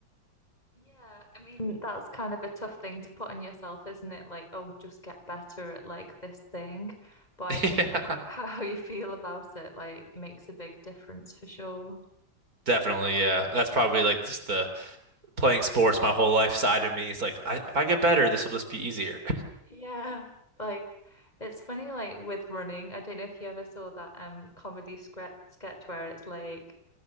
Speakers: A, on the left; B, on the right.
A: Yeah, I mean, that's kind of a tough thing to put on yourself, isn't it? Like, oh, just get better at like this thing. But I
B: Yeah,
A: think h how you feel about it like makes a big difference for sure.
B: definitely. Yeah, that's probably like just the playing sports my whole life side of me. It's like I, if I get better, this will just be easier.
A: Yeah. Like it's funny like with running, I don't know if you ever saw that um comedy scre sketch where it's like